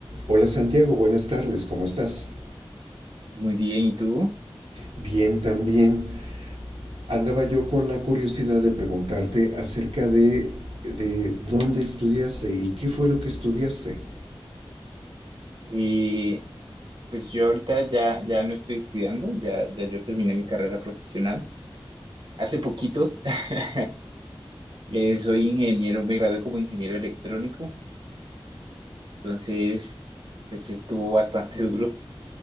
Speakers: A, on the right; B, on the right.
A: Hola Santiago, buenas tardes, ¿cómo estás?
B: Muy bien, ¿y tú?
A: Bien también. Andaba yo con la curiosidad de preguntarte acerca de, de dónde estudiaste y qué fue lo que estudiaste.
B: Eh, pues yo ahorita ya, ya no estoy estudiando, ya, ya yo terminé mi carrera profesional. Hace poquito <laughs> eh, soy ingeniero, me gradué como ingeniero electrónico, entonces pues estuvo bastante <laughs> duro,